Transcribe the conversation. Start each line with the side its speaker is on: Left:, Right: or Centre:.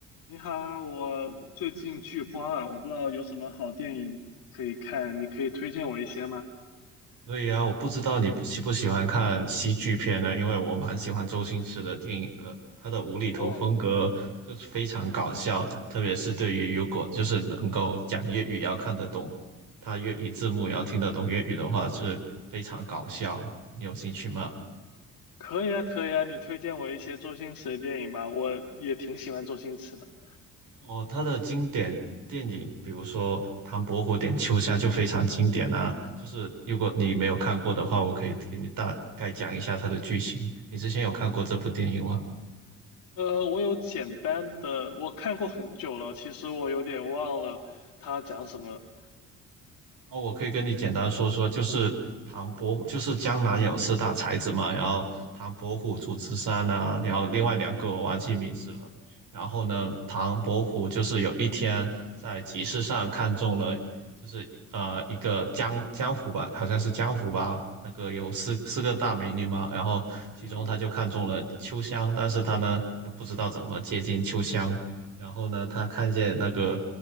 Left: 你好，我最近剧荒啊，我不知道有什么好电影可以看，你可以推荐我一些吗？
Right: 对呀，我不知道你喜不喜欢看喜剧片呢？因为我蛮喜欢周星驰的电影的，他的无厘头风格就是非常搞笑，
Left: 哦，
Right: 特别是对于如果就是能够讲粤语要看得懂，他粤语字幕也要听得懂粤语的话，是非常搞笑。你有兴趣吗？
Left: 可以啊，可以啊，你推荐我一些周星驰的电影吧，我也挺喜欢周星驰的。
Right: 哦，他的经典电影，比如说《唐伯虎点秋香》就非常经典啊。就是如果你没有看过的话，我可以给你大概讲一下它的剧情。你之前有看过这部电影吗？
Left: 呃，我有简单的，我看过很久了，其实我有点忘了他讲什么。
Right: 哦，我可以跟你简单说说，就是唐伯虎，就是江南有四大才子嘛，然后唐伯虎、祝枝山呐、然后另外两个我忘记名字了。然后呢，唐伯虎就是有一天在集市上看中了，就是呃一个江江湖吧，好像是江湖吧，那个有四四个大美女嘛，然后其中他就看中了秋香，
Left: 嗯，
Right: 但是他呢又不知道怎么接近秋香，然后呢他看见那个